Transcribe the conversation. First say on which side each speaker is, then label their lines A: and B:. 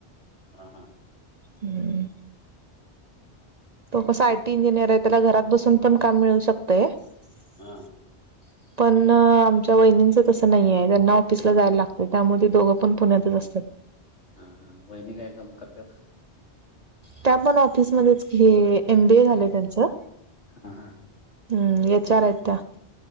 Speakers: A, on the left (about 80°); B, on the right (about 45°).
A: ह हा
B: हूं तो कसा आय टी इंजिनियर आहे त्याला घरात बसून पण काम मिळू शकतय.
A: हा
B: <unintelligible> पण आमच्या वहिनींच तसं नाहीये त्यांना ऑफिसला जायला लागतं त्यामुळे दोघं पण पुण्यातच असतात.
A: हा हा वहिणी काय काम करत्यात
B: त्या पण ऑफिसमध्येच हे एम बी ए झालंय त्यांचं
A: हा हा
B: हूं एच आर आहेत त्या